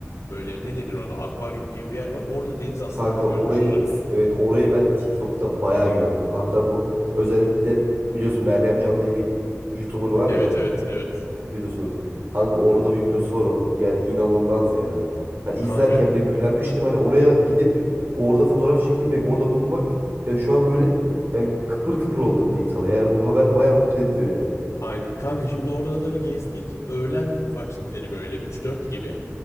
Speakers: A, on the left; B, on the right.
A: Böyle ne denir ona? Akvaryum gibi bir yer var. Orada deniz aslanını
B: Kanka
A: da görmüş
B: orayı
A: oluruz.
B: evet orayı ben TikTok'ta bayağı gördüm. Hatta bu özellikle biliyorsun Meryem Can diye bir YouTuber var
A: Evet
B: ya.
A: evet evet.
B: videosudur. Kanka orada bir videosu var onun. Yani inanılmaz ya. Hani izlerken
A: Kanka
B: bile büyülenmiştim. Hani oraya gidip orada fotoğraf çekilmek, orada bulunmak ya şu an böyle yani kıpır kıpır oldum diyeyim sana. Yani bu haber bayağı mutlu etti beni.
A: aynen. Kanka şimdi oraları gezdik. Öğlen vakitleri böyle 3-4 gibi.